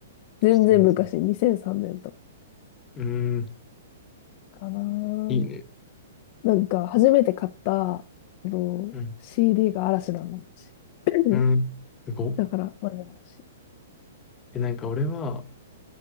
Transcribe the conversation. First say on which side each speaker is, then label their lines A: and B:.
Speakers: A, on the left (about 45°); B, on the left (about 25°).
A: 全然昔、
B: っと全然。
A: 2003年と
B: うーん、
A: かかなー。
B: いいね。
A: なんか、初めて買った、あの、
B: うん、
A: CD が嵐なの。私 <clears throat>
B: うん、すごっ。
A: だから、まだ嵐。
B: え、なんか俺は、